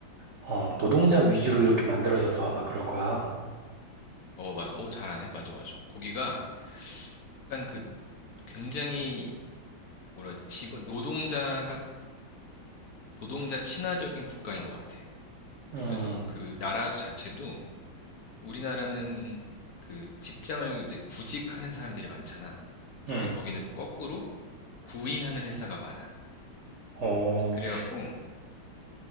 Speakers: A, on the right; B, on the left.
A: 어, 노동자 위주로 이렇게 만들어져서 아마 그럴 거야.
B: 어, 맞아. 어, 잘하네. 맞아, 맞아. 거기가 약간 그 굉장히 뭐라 직원 노동자가 노동자 친화적인 국가인 것 같아.
A: 음,
B: 그래서 그 나라도 자체도 우리나라는 그 직장을 이제 구직하는 사람들이 많잖아.
A: 음.
B: 근데 거기는 거꾸로 구인하는 회사가 많아.
A: 어,
B: 그래갖고